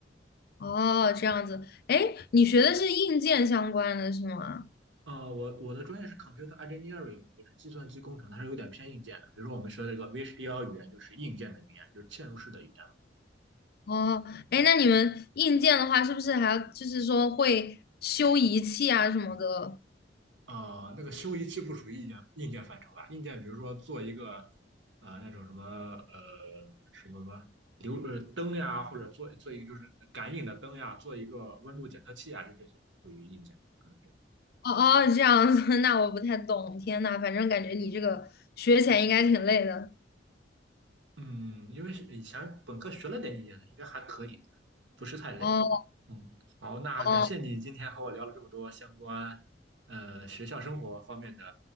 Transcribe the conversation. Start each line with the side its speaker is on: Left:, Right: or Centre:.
Left: 哦，这样子，哎，你学的是硬件相关的是吗？
Right: 关。啊，我我的专业是 computer engineering，嘛就是计算机工程，它是有点偏硬件的。比如说我们学的这个 VHDL 语言就是硬件的语言，就是嵌入式的语言。
Left: 哦，哎，那你们硬件的话，是不是还要就是说会修仪器啊什么的？
Right: 啊，那个修仪器不属于硬件硬件范畴吧？硬件比如说做一个啊、呃那种什么呃什么什么流呃灯呀，或者做做一个就是感应的灯呀，做一个温度检测器啊，就这些属于硬件，可能这样。
Left: 哦哦，这样子，<laughs> 那我不太懂。天呐，反正感觉你这个学起来应该挺累的。
Right: 嗯，因为是以前本科学了点硬件的应该还可以，不是太累。
Left: 哦
Right: 嗯，好，那感谢你今天和我聊了这么多相关呃学校生活方面的
Left: 哦，